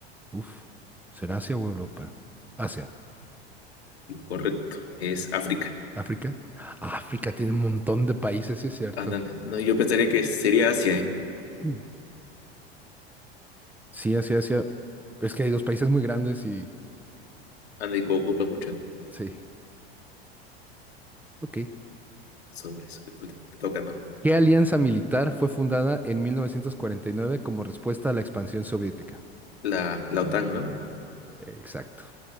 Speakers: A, in the centre; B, on the left.
A: uf, ¿será Asia o Europa? Asia.
B: Incorrecto, es África.
A: ¿África? África tiene un montón de países, sí es cierto.
B: Ándale, no, yo pensaría que sería Asia, ¿eh?
A: Mm. Sí, Asia, Asia. Es que hay dos países muy grandes y...
B: Ándale, que ocupa mucho, ¿no?
A: Sí, ok.
B: Sobre eso, me toca, ¿no?
A: ¿Qué alianza militar fue fundada en 1949 como respuesta a la expansión soviética?
B: La, la OTAN, ¿no?
A: Exacto.